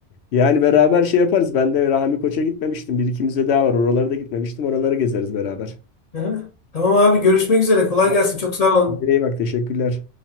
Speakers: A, on the left; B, on the left.
A: Yani beraber şey yaparız. Ben de Rahmi Koç'a gitmemiştim. Bir ikimiz de daha var. Oralara da gitmemiştim. Oraları gezeriz beraber.
B: Ha? Tamam abi görüşmek üzere. Kolay
A: Ama
B: gelsin. Çok sağ olun.
A: kendine iyi bak. Teşekkürler.